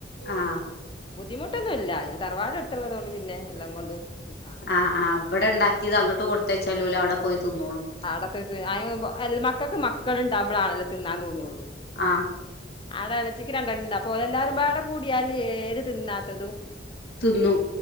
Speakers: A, on the left; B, on the left.
A: ആഹ്.
B: ബുദ്ധിമുട്ടൊന്നും ഇല്ല, പിന്നെ തറവാടടുത്തുള്ളതുകൊണ്ട് പിന്നെ എല്ലാം കൊണ്ട് സുഖാണ്.
A: ആഹ് ആഹ്, ഇവിടെ ഇണ്ടാക്കിയത് അങ്ങട്ട് കൊടുത്തച്ചാലും ഓല് അവിടെ പോയി തിന്നോളും.
B: അവ്ടത്തത്, അയെമ്പൊ എൽ മക്കക്ക് മക്കള്ണ്ടാവുമ്പൊളാണെല്ലോ തിന്നാൻ തോന്നുള്ളൂ.
A: ആഹ്
B: ആട എളച്ചിക്ക് രണ്ടെണ്ണം ഇണ്ട്. അപ്പൊ ഓരെല്ലാരും പാടെ കൂടിയാല് ഏത് തിന്നാത്തതും
A: തിന്നും